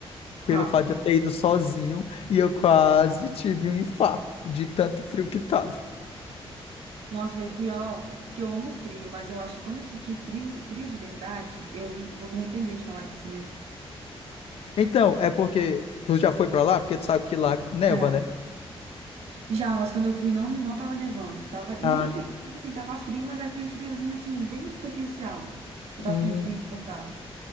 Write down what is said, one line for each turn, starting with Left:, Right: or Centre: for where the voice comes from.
Right: Qual?
Left: pelo fato de eu ter ido sozinho e eu quase tive um infarto de tanto frio que tava.
Right: Nossa, meu pior, que eu amo frio, mas eu acho que quando eu sentir frio, frio de verdade, eu vou me arrepender de falar isso, né?
Left: Então, é porque tu já foi pra lá, porque tu sabe que lá neva,
Right: Já.
Left: né?
Right: Já, mas quando eu fui não, não tava nevando. Tava, e
Left: Ah,
Right: nem, fri- tipo assim, tava frio, mas era aquele friozinho, assim, bem superficial.
Left: hum,
Right: Não tava aquele frio insuportável.